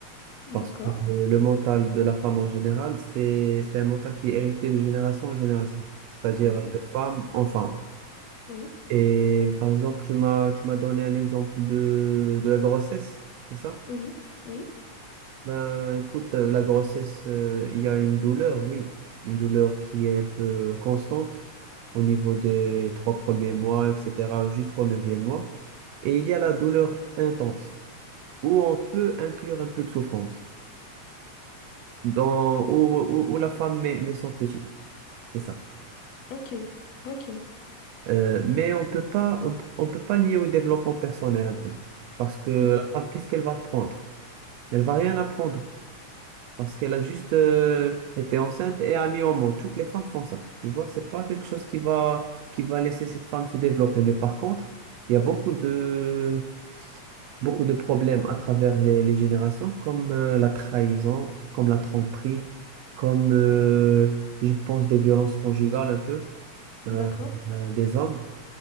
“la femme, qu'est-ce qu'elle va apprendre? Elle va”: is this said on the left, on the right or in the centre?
Right